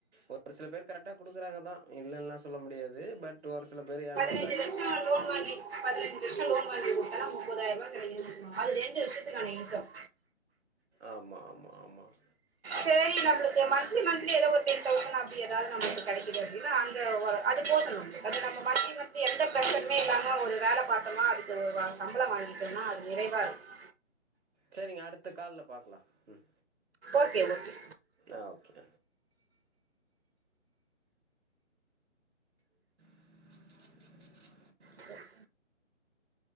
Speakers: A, in the centre; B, on the right.
A: ஒரு சில பேர் கரெக்டா குடுக்குறாங்க தான் இல்லன்லா சொல்ல முடியாது பட் ஒரு சில பேர் ஏமா
B: பதினைந்து லட்சம் லோன் வாங்கி பதினைந்து லட்சம் லோன் வாங்கி முப்பதாயிரம் ரூபா கிடைக்குது அது ரெண்டு வருஷத்துக்கான இன்கம்
A: ஆமாம் ஆமாம் ஆமாம்
B: சரி நம்மளுக்கு மந்த்லி மந்த்லி ஏதோ ஒரு டென் தௌசண்ட் அப்டி ஏதாவது நமளுக்கு கிடைக்குது அப்படின்னா அங்க அது போதும் அது நம்ம மந்த்லி மந்த்லி எந்த பிர்ஷருமே இல்லாம ஒரு வேல பார்த்தோமா அதுக்கு சம்பளம் வாங்கிக்கும்னா அது நிறைவா இருக்கும்
A: சரிங்க அடுத்த கால்ல பாக்கலா உம்
B: ஓகே ஓகே
A: ஆ ஓகே <inaudible>
B: ச <inaudible>